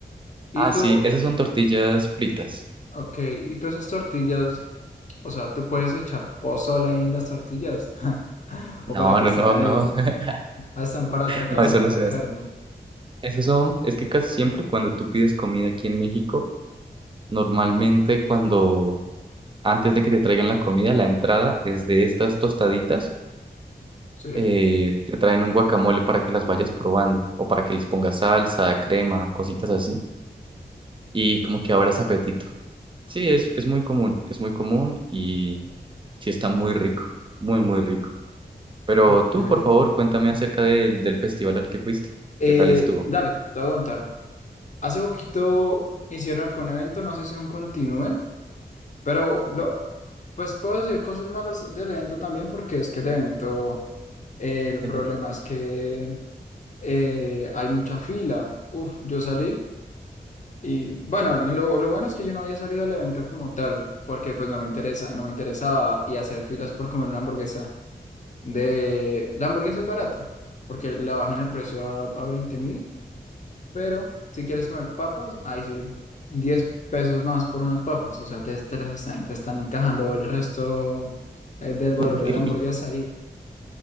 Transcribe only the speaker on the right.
Ah,
sí, esas son tortillas fritas.
No,
no,
no,
no. <laughs>
No, eso
no
se
hace. Esos son, es que casi siempre cuando tú pides comida aquí en México, normalmente cuando antes de que te traigan la comida, la entrada es de estas tostaditas.
eh, te traen un guacamole para que las vayas probando o para que les pongas salsa, crema, cositas así y como que abras apetito. Sí, es, es muy común, es muy común y sí está muy rico, muy, muy rico. Pero
tú, por favor, cuéntame acerca del, del festival al que fuiste.
¿Qué tal estuvo?
<laughs>
Uy,